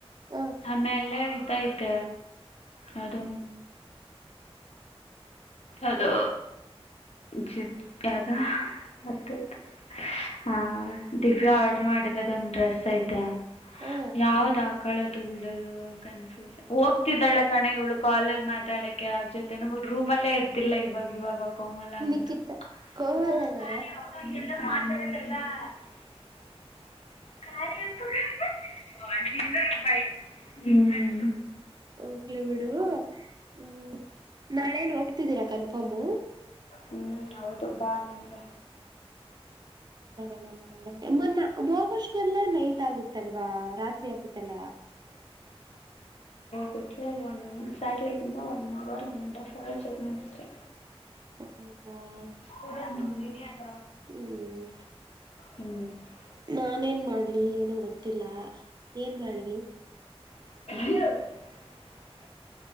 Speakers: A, on the right; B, on the left.
A: ಹಾ
B: ಆಮೇಲೆ ಇದ. ಮತ್ತ ಅದು. ಅದು. ಜಿ ಯ್ದ ಮತ್ತಾಯ್ತ ಹ ದಿವ್ಯಾ ಆರ್ಡ್ರ ಮಾಡಿರೋದೊಂದ ಡ್ರೆಸ್ ಐತೆ
A: ಹಾ
B: ಯಾವ್ದ್ ಹಾಕಳೋದು ಬಿಡೋದು ಕನ್ಫ್ಯೂಶನ್ ಹೋಗ್ತಿದ್ದಾಳ ಕಣೆ ಇವಳು ಕಾಲಲ್ಲಿ ಮಾತಾಡಕ್ಕೆ ಯಾರಜೊತೇನು ಮೂರ್. ರೂಮ್ ಅಲ್ಲೇ ಇರ್ತಿಲ್ಲ ಇವಾಗ ಇವಾಗ. ಕೋಮಲ ಅಂತರು.
A: ನಿಖಿತ ಕೋಮಲನ
B: <unintelligible> ಹ್ಮ್
A: ಹೋಗ್ಲಿ ಬಿಡು ಹ್ಮ ನಾಳೆ ನೋ ಗ್ತಿದ್ದೀರಾ ಕನ್ಫರ್ಮು.
B: ಹ್ಮ್ ಹೌದು ಬಾ ನೀನುವೆ.
A: ಬರಣ ಬರಣ ಮೊನ್ನ ಹೋಗಷ್ಟೆಲ್ಲ ನೈಟ್ ಆಗುತ್ತಲ್ಲ. ಬಾ ರಾತ್ರಿ ಆತತ್ತಲ್ಲ.
B: ಬಿಟ್ರೆ ಒನ್ ಸ್ಯಾಟಲೈಟ್ ಇಂದ one hour one and half hour journey ಅಷ್ಟೆ.
A: <unintelligible>
B: <unintelligible>
A: ಹ್ಮ್
B: ಹ್ಞೂ
A: ನಾನೇನ್ ಮಾಡ್ ಲ್ಲಿ ಏನು ಗೊತ್ತಿಲ್ಲ. ಏನ್ ಮಾಡ್ಲಿ.
B: <unintelligible>